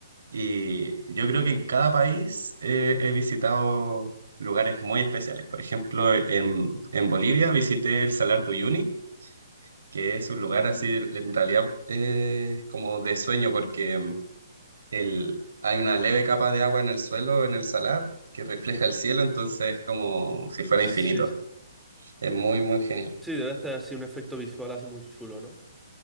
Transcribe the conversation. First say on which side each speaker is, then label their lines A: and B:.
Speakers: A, on the right; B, in the centre.
A: Y yo creo que en cada país eh, he visitado lugares muy especiales. Por ejemplo, en, en Bolivia visité el Salar de Uyuni, que es un lugar
B: Ujú.
A: así, en realidad, eh, como de sueño, porque mm, el, hay una leve capa de agua en el suelo, en el salar, que refleja el cielo, entonces es como si fuera
B: Sí,
A: infinito. Es muy, muy genial.
B: sí, debe hacer así un efecto visual así muy chulo, ¿no?